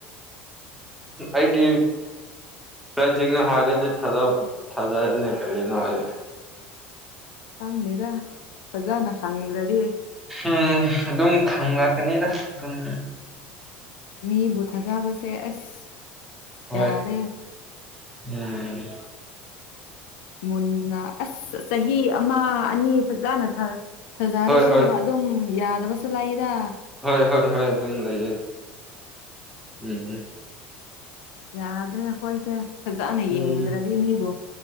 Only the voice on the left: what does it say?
ꯍꯪꯗꯦꯗ ꯐꯖꯥꯅ ꯈꯪ꯭ꯔꯗꯤ
ꯃꯤꯕꯨ ꯊꯥꯖꯕꯁꯦ ꯑꯁ
ꯌꯥꯔꯦ
ꯃꯨꯟꯅ ꯑꯁ ꯆꯍꯤ ꯑꯃ ꯑꯅꯤ ꯐ ꯆꯥꯅ ꯊꯖꯗꯁꯨ
ꯑꯗꯨꯝ ꯌꯥꯗꯕꯁꯨ ꯂꯥꯛꯏꯗ
ꯌꯥꯗ꯭ꯔꯦ ꯑꯩꯈꯣꯏꯁꯦ ꯐꯖꯅ
ꯌꯦꯡꯗ꯭ꯔꯗꯤ ꯃꯤꯕꯨ